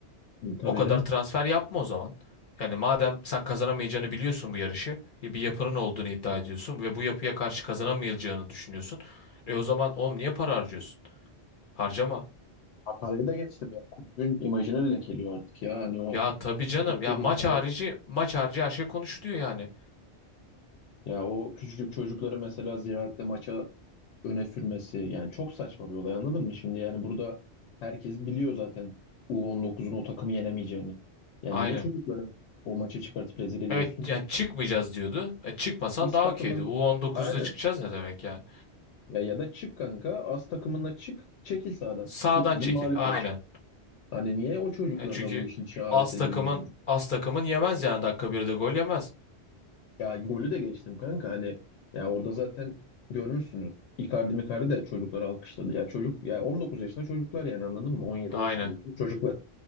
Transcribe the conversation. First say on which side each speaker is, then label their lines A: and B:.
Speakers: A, on the left (about 80°); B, on the left (about 55°).
A: hı, tabii
B: O kadar
A: canım.
B: transfer yapma o zaman. Yani madem sen kazanamayacağını biliyorsun bu yarışı, e, bir yapının olduğunu iddia ediyorsun ve bu yapıya karşı kazanamayacağını düşünüyorsun. E o zaman oğlum niye para harcıyorsun? Harcama.
A: Ha, parayı da geçtim ya. Kulübün imajını lekeliyor artık ya. Hani o
B: Ya tabii canım. Ya
A: çocukları
B: maç harici, maç harici her şey konuşuluyor yani.
A: ya o küçücük çocukları mesela Ziraat'te maça öne sürmesi yani çok saçma bir olay anladın mı? Şimdi yani burada herkes biliyor zaten U19'un o takımı yenemeyeceğini. Yani
B: Aynen.
A: niye çocukları o maça çıkartıp rezil ediyorsun
B: Evet
A: ki?
B: yani çıkmayacağız diyordu. E, çıkmasan
A: As
B: daha
A: takımın
B: okeydi. u on dokuzda
A: aynen
B: çıkacağız ne demek yani?
A: ya, ya da çık kanka as takımına çık çekil sahadan.
B: Sağdan
A: Hükmün
B: çekil.
A: mağlup
B: Aynen.
A: ol. Hani niye o çocukları
B: Ya çünkü
A: da bu işin içine alet
B: az
A: ediyor
B: takımın
A: yani?
B: az takımın yemez yani dakika birde gol yemez.
A: Ya golü de geçtim kanka hani ya orada zaten görmüşsündür. Icardi Micardi de çocukları alkışladı. Ya çocuk ya 19 yaşında çocuklar yani anladın mı? 17
B: Aynen.
A: 18 yaşında çocuklar.